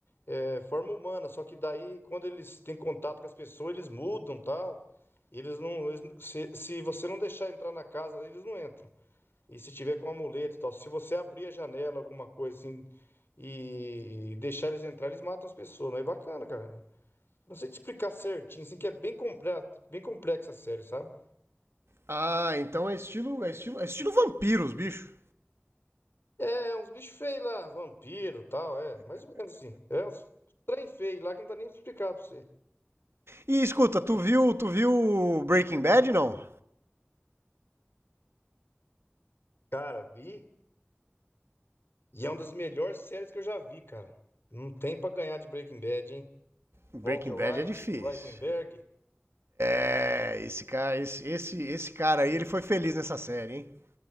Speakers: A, on the left (about 60°); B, on the right (about 70°).
A: é, forma humana, só que daí quando eles têm contato com as pessoas eles mudam tal, eles não, eles não- se, se você não deixar entrar na casa eles não entram. E se tiver com amuleto e tal, se você abrir a janela alguma coisa assim e deixar eles entrar eles matam as pessoas, não é bacana, cara. Não sei te explicar certinho, assim, que é bem completo, bem complexa a série, sabe?
B: Ah, então é estilo, é estilo, é estilo vampiros, bicho.
A: É, uns bichos feios lá, vampiro e tal, é, mais ou menos assim. É uns trem feio lá que não dá nem pra explicar pra você.
B: E escuta, tu viu, tu viu Breaking Bad não?
A: Cara, vi, e é uma das melhores séries que eu já vi, cara. Não tem pra ganhar de Breaking Bad, hein?
B: Breaking
A: Walter White,
B: Bad é difícil.
A: Heisenberg.
B: É, esse cara, esse, esse, esse cara aí, ele foi feliz nessa série, hein?